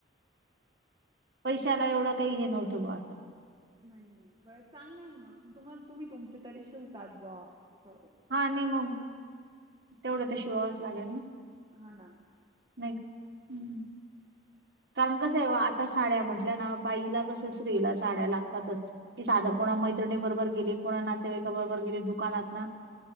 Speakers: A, on the right; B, on the right.
A: पैशाला एवढं काही, हे नव्हतं बा आसं.
B: नाही नाही बर चांगलंय ना मग, तुम्हा तुम्ही तुमचे तरी शिवतात बा अस.
A: हा नाही मग, तेवढं तर शिवावच लागेल ना.
B: हा ना.
A: नाही का? हूम. काम कसं हाय ओ, आता साड्या म्हटल्या ना बाईला कस त स्त्रीला साड्या लागतातच, की साध कोणा मैत्रीणी बरोबर गेली कोणा नातेवायका बरोबर गेली दुकानात ना